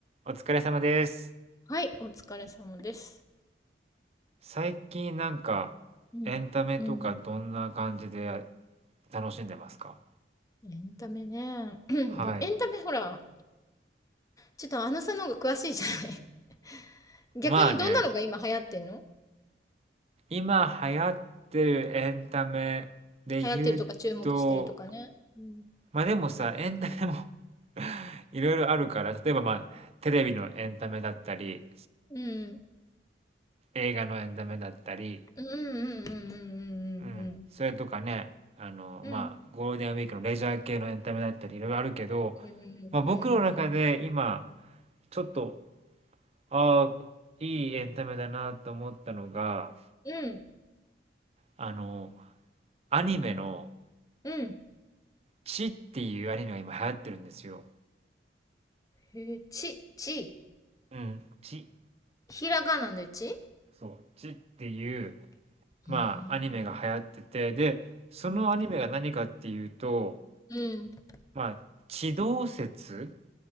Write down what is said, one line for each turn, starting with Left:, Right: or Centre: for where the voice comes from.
Right: お疲れ様です。
Left: はい、お疲れ様です。
Right: 最近なんかエンタメとかどんな感じで
Left: うん。うん。
Right: 楽しんでますか
Left: エンタメね。<clears throat> でもエンタメほら、
Right: はい。
Left: ちょっとアナさんの方が詳しいじゃない。<laughs> 逆にどんなのが今流行ってんの
Right: まあね、今流行ってるエンタメで言うと、
Left: 流行ってるとか注目してるとかね。うん。
Right: まあでもさ、エンタメも <laughs> いろいろあるから、例えばまあテレビのエンタメだったり、
Left: うん。
Right: 映画のエンタメだったり、
Left: うんうんうんうん
Right: うん、それとかね、あの、
Left: うんうんうん。
Right: まあゴールデンウィークのレジャー系のエンタメだったりいろいろあるけど、
Left: うん。うんうんうん
Right: まあ僕の中で今、ちょっと、ああ、いいエンタメだなと思ったのが、
Left: うん。
Right: あの、アニメの、
Left: うん。
Right: チっていうアニメが今流行ってるんですよ。
Left: へえ、ち、ち。
Right: うん、チ。
Left: ひらがなでちう
Right: そう、チっていう、まあ、
Left: ーん。
Right: アニメが流行ってて、で、そのアニメが何かっていうと、
Left: うん。
Right: まあ、地動説